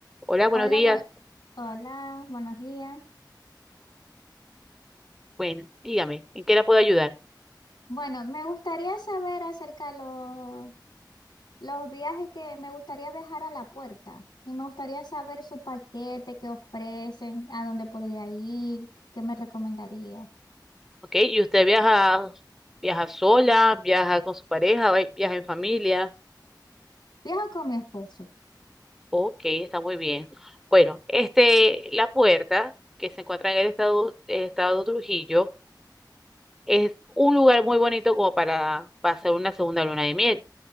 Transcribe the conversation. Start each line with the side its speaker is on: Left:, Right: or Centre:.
Centre: Hola, buenos
Left: Hola,
Centre: días.
Left: bu- hola, buenos días.
Centre: Bueno, dígame, ¿en qué la puedo ayudar?
Left: Bueno, me gustaría saber acerca de los, los viajes que me gustaría viajar a La Puerta. Y me gustaría saber su paquete que ofrecen, a dónde podría ir, qué me recomendaría.
Centre: ¿Ok? ¿Y usted viaja, viaja sola, viaja con su pareja, va- viaja en familia?
Left: Viajo con mi esposo.
Centre: Ok, está muy bien. Bueno, este, la puerta que se encuentra en el estado, el estado de Trujillo es un lugar muy bonito como para pasar una segunda luna de miel.